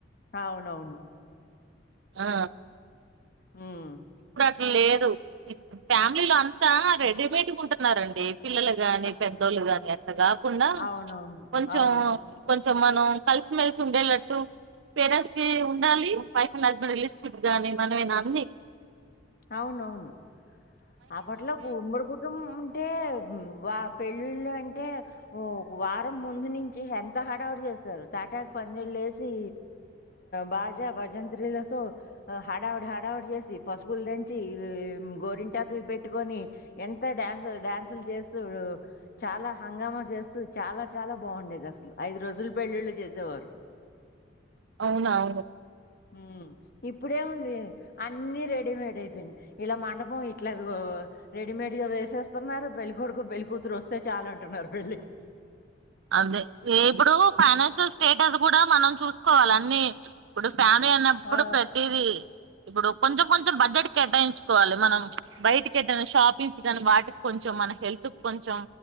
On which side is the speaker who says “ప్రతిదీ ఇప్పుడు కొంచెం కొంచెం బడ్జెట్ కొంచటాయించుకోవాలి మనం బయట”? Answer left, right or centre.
Right